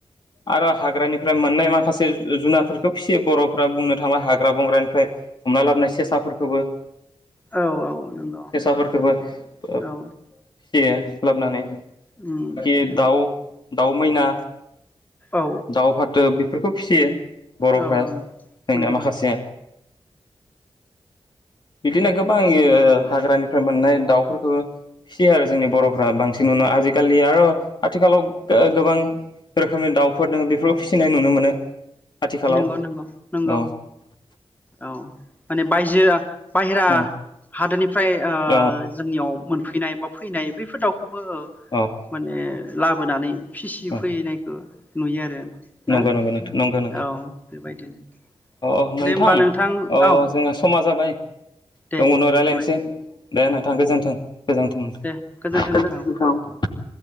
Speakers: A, on the left (about 45°); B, on the left (about 15°).
A: आरो हाग्रानिफ्राय मोननाय माखासे जे जु जुनारफोरखौ फिसियो बर'फोरा बुंनो थांबा हाग्रा बंग्रानिफ्राय हमना लाबोनाय सेसाफोरखौबो
B: औ औ नंगौ
A: सेसाफोरखोबो ओ
B: औ
A: फियो। लाबनानै
B: उम
A: बे दाउ दाउ मैना
B: औ
A: दाव फाथो बेफोरखौ फिसियो बर'फ्रा
B: औ
A: जोंना
B: नंगौ
A: माखासे बिदिनो गोबां यो हाग्रानि फोर मोननाय दाउफोरखो फिसियो आरो जोंनि बर'फ्रा बांसिननन' आजिखालि आर' आथिखालाव गो गोबां रोखोमनि दाउफोर दोङ बेफोरखौ फिसिनाय नुनो मोनो। आथिखालाव
B: नंगौ नंगौ नंगौ
A: औ
B: औ माने बायजो बायेरा।
A: औ
B: गोदोनिफ्राय ओ
A: औ
B: जोंनियाव मोन फैनाय बा फैनाय। बेफोर दाउखौबो ओ
A: औ
B: माने लाबोनानै फिसि
A: औ
B: फैनायखो नुयो आरो। ना
A: नंगौ नंगौ नोंथां नंगो।
B: औ बेबायदिनो।
A: अ नोंथां
B: दे होमबा
A: अ
B: औ
A: जोङा सम समा जाबाय
B: दे
A: दङ' उनाव रायज्लायनोसै
B: होमबालाय
A: दे नोंथां गोजोन्थों। गोजोनथों नोंथां
B: दे गोजोन्थों
A: गोजोनथों
B: नोंथां औ
A: नोंथां।